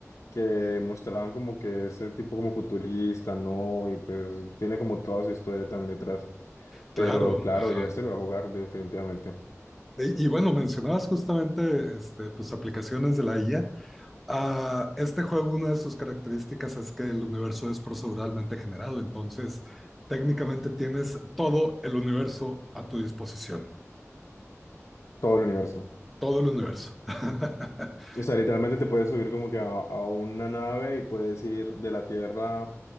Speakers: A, on the left; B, in the centre.
A: que mostraban como que ese tipo como futurista, ¿no? Y pues tiene como toda su historia también detrás.
B: claro,
A: Pero claro,
B: ajá.
A: yo este lo voy a jugar definitivamente,
B: Y, y bueno, mencionabas justamente este, pues, aplicaciones de la IA. Ah, este juego, una de sus características es que el universo es proceduralmente generado, entonces técnicamente tienes todo el universo a tu disposición.
A: todo el universo.
B: todo el universo, <laughs>
A: O sea, literalmente te puedes subir como que a, a una nave y puedes ir de la Tierra